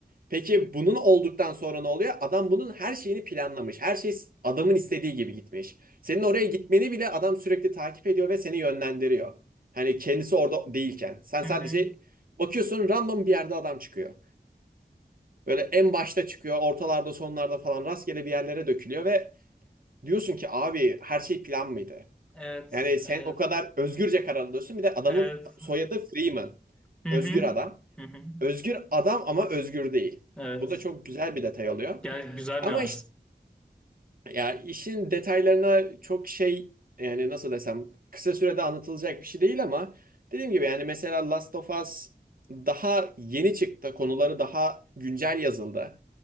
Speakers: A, on the right; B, in the centre.
A: Peki bunun olduktan sonra ne oluyor? Adam bunun her şeyini planlamış. Her şey adamın istediği gibi gitmiş. Senin oraya gitmeni bile adam sürekli takip ediyor ve seni yönlendiriyor. Hani kendisi orada değilken. Sen
B: Hı
A: sadece
B: hı.
A: bakıyorsun random bir yerde adam çıkıyor. Böyle en başta çıkıyor, ortalarda, sonlarda falan rastgele bir yerlere dökülüyor ve Diyorsun ki abi her şey plan mıydı?
B: Evet,
A: Yani sen
B: evet,
A: o kadar özgürce karar alıyorsun. Bir de adamın
B: evet.
A: soyadı Freeman.
B: Hı
A: Özgür
B: hı.
A: adam.
B: Hı hı.
A: Özgür adam ama özgür değil.
B: Evet.
A: Bu da çok güzel bir detay oluyor.
B: Gel güzel
A: Ama
B: nüans.
A: işte ya işin detaylarına çok şey yani nasıl desem kısa sürede anlatılacak bir şey değil ama dediğim gibi yani mesela Last of Us daha yeni çıktı. Konuları daha güncel yazıldı